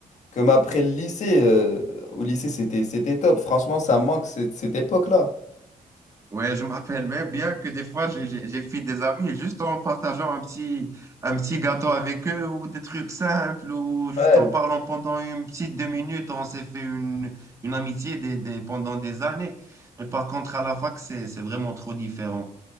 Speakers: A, on the left; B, on the right.
A: comme après le lycée. euh, au lycée, c'était, c'était top. Franchement, ça me manque cette cette époque-là.
B: Ouais, je me rappelle même bien que des fois, j'ai j'ai- j'ai fait des amis juste en partageant un petit, un petit gâteau avec eux ou des trucs simples ou juste
A: Ouais,
B: en parlant pendant une petite deux minutes, on s'est fait une, une amitié des, des- pendant des années. Mais par contre, à la fac, c'est, c'est vraiment trop différent.